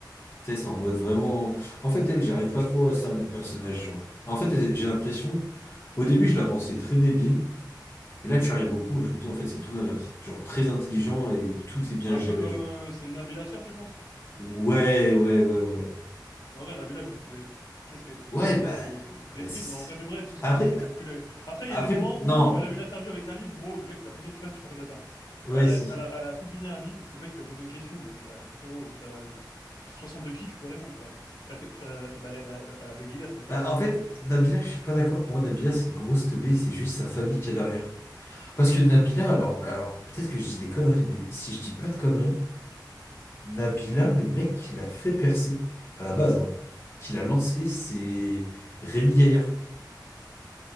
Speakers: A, on the left; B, on the left.
A: Tu sais, c'est en mode vraiment. En fait, elle, j'arrive pas trop à cerner le personnage, genre. En fait, elle- j'ai l'impression, au début, je la pensais très débile. Et là, je suis arrivé au point où je me dis, en fait, c'est tout l'inverse. Genre, très intelligent et tout est bien
B: Un
A: géré.
B: peu comme
A: genre.
B: euh, c'est Nabil Attir, tu penses?
A: Ouais, ouais, ouais, ouais.
B: En vrai, Nabila, je trouvais. Qu'est-ce qu'elle était.
A: Ouais,
B: Je trouvais.
A: bah.
B: Je l'ai détruite,
A: ouais, c'est-
B: mais en vrai de vrai, tout ce
A: Après,
B: qu'elle fait, c'est calculer. Après, il
A: après,
B: y a des moments
A: non.
B: où elle a eu une interview avec un livre, gros, le mec lui a posé. Je sais pas si tu te rappelles de ça.
A: Ouais,
B: Elle a,
A: si.
B: elle a- elle a publié un livre, le mec lui a posé une question. Bon, bah, frérot, t'as 62 qui, tu peux répondre, tu vois. Elle a fait. Euh, bah, bah, bah, elle a bégayé, elle savait pas
A: Bah,
B: répondre.
A: en fait, Nabila, je suis pas d'accord. Pour moi, Nabila, c'est une grosse teubée, c'est juste sa famille qui est derrière. Parce que Nabila, alors, alors, peut-être que je dis des conneries, mais si je dis pas de conneries, Nabila, le mec qui l'a fait percer, à la base, hein, qui l'a lancé, c'est Rémi Gaillard,